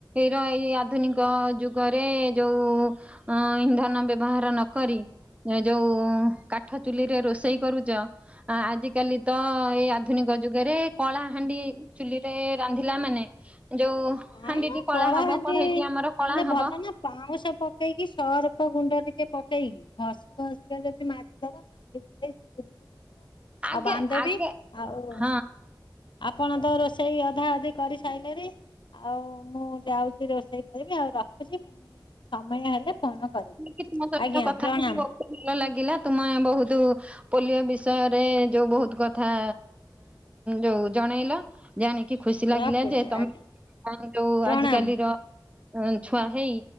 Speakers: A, on the right; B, on the left.
A: ର ଏଇ ଆଧୁନିକ ଯୁଗରେ ଯୋଉ ଅ ଇନ୍ଧନ ବ୍ୟ ବ୍ୟବହାର ନ କରି ଯୋଉ କାଠ ଚୁଲିରେ ରୋଷେଇ କରୁଚ। ଆଜିକାଲି ତ ଏଇଆଧୁନିକ ଯୁଗ ରେ କଳା ହାଣ୍ଡି ଚୁଲିରେ ରାନ୍ଧିଲା ମାନେ ଯୋଉ
B: ନାଇଁ
A: ହାଣ୍ଡିଟି
B: ନାଇ
A: କଳା
B: କଳାହାଣ୍ଡି
A: ହବ କଢେଇଟି ଆମର
B: ହେଲେ
A: କଳା
B: ଭଲ
A: ହବ
B: ନା ପାଉଁଶ ପକେଇକି ସର୍ଫ ଗୁଣ୍ଡ ଟିକେ ପକେଇ ଘସ୍ ଘସିକା ଯଦି ମାଜିଦବା। <unintelligible>
A: ଆଗେ
B: ଆଉ ବାନ୍ଦବୀ
A: ଆଗେ
B: ଆଉ
A: ହଁ
B: ଆପଣ ତ ରୋଷେଇ ଅଧା ଅଧି କରି ସାରଲେରି ଆଉ ମୁଁ ଯାଉଛି ରୋଷେଇ କରିବି। ଆଉ ରଖୁଛି ପୁଣି ସମୟ ହେଲେ ଫୋନ କରିବି।
A: ତମ ସହିତ
B: ଆଜ୍ଞା
A: କଥା
B: ପ୍ରଣାମ
A: ହେଇକି ବହୁତ ଭଲ ଲାଗିଲା। ତୁମେ ବହୁତ ପୋଲିଓ ବିଷୟରେ ଯୋଉ ବହୁତ କଥା ଯୋଉ ଜଣେଇଲ। ଜାଣିକି ଖୁସି ଲାଗିଲା
B: ରଖୁଛି
A: ଯେ ତମେ
B: ଆଜ୍ଞା
A: ଯୋଉ
B: ପ୍ରଣାମ।
A: ଆଜିକାଲିର ଛୁଆ ହେଇ